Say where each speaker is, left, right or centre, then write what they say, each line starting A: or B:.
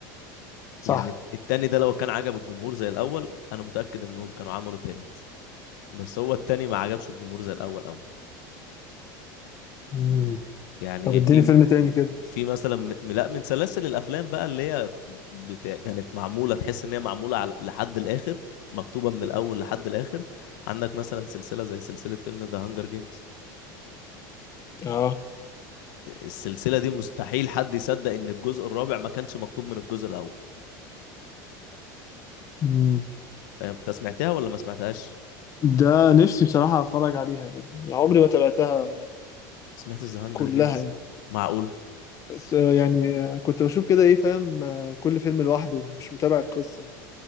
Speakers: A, on the left; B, on the left.
A: صح
B: يعني التاني ده لو كان عجب الجمهور زي الاول انا متاكد انهم كانوا عملوا تالت بس هو التاني ما عجبش الجمهور زي الاول قوي
A: مم.
B: يعني
A: طب اديني
B: في
A: فيلم تاني كده
B: في مثلا م- لا من سلاسل الافلام بقى اللي هي بتا... كانت معموله تحس ان هي معموله على... لحد الاخر مكتوبه من الاول لحد الاخر عندك مثلا سلسله زي سلسله فيلم ذا هانجر جيمز
A: اه
B: السلسله دي مستحيل حد يصدق ان الجزء الرابع ما كانش مكتوب من الجزء الاول
A: مم.
B: فاهم انت سمعتها ولا ما سمعتهاش
A: ده نفسي بصراحة أتفرج عليها يعني يعني عمري
B: م-
A: ما تابعتها
B: سمعت ذا هانجر
A: كلها
B: جيمز
A: يعني
B: معقول
A: بس آه، يعني آه، كنت بشوف كده إيه فاهم آه، كل فيلم لوحده مش متابع القصة